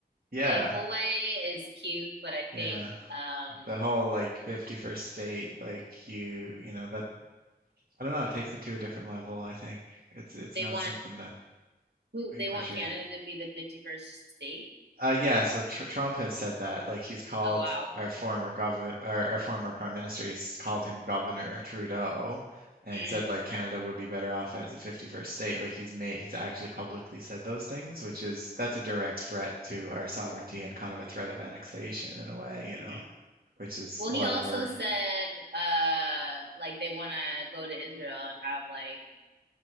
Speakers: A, on the right (about 60°); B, on the right (about 80°).
A: Yeah,
B: playful way is cute, but I
A: yeah.
B: think um
A: The whole like 51st state, like you, you know, that I don't know, it takes it to a different level, I think. It's it's
B: they
A: not
B: want
A: something that
B: who
A: we
B: they
A: appreciate.
B: want Canada to be the 51st state.
A: Uh, yeah, so tr Trump has said that. Like he's called
B: Oh wow.
A: our former governor, our, our former prime minister, he's called him Governor Trudeau, and
B: Mm,
A: said like Canada would be better off as a 51st state. Like he's made, he's actually publicly said those things, which is that's a direct threat to our sovereignty and kind of a threat of annexation in a way, you
B: mhm.
A: know, which is
B: Well,
A: why
B: he also
A: we're
B: said uh like they want to go to Israel and have like